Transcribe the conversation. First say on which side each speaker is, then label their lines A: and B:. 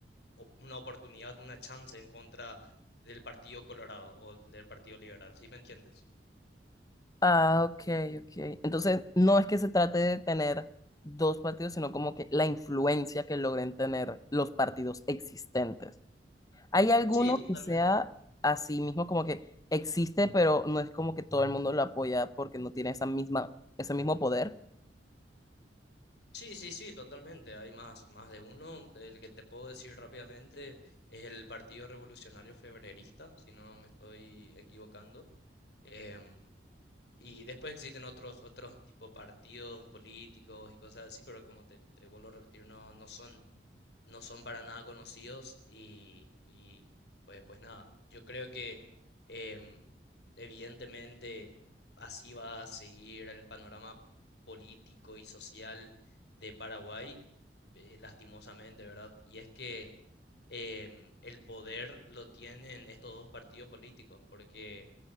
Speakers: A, on the left; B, on the left.
A: op- una oportunidad, una chance en contra del Partido Colorado o del Partido Liberal. ¿Sí me entiendes?
B: Ah, ok, ok. Entonces, no es que se trate de tener dos partidos, sino como que la influencia que logren tener los partidos existentes. ¿Hay alguno
A: Sí, totalmente.
B: que sea así mismo como que existe, pero no es como que todo el mundo lo apoya porque no tiene esa misma, ese mismo poder?
A: Sí, sí, sí, totalmente. Hay más, más de uno. El que te puedo decir rápidamente es el Partido Revolucionario Febrerista, si no me estoy equivocando. Em, y después existen otros, otros tipo partidos políticos y cosas así, pero como te, te vuelvo a repetir, no, no son no son para nada conocidos y, y, pues, pues nada, yo creo que em, evidentemente así va a seguir el panorama político y social de Paraguay, eh, lastimosamente, ¿verdad? Y es que em, el poder lo tienen estos dos partidos políticos, porque